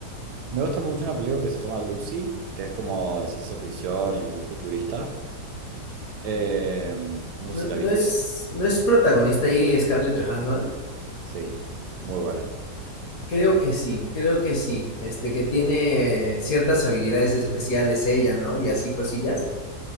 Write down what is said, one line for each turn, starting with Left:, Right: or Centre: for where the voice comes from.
Right: Me gusta mucho una película que se llama Lucy, que es como ciencia ficción y como futurista. Em, no
Left: No,
Right: sé si
Left: no
Right: la viste.
Left: es, no es protagonista ahí Scarlett Johansson.
Right: Sí, muy buena.
Left: Creo que sí, creo que sí, este, que tiene ciertas habilidades especiales ella, ¿no? Y así cosillas.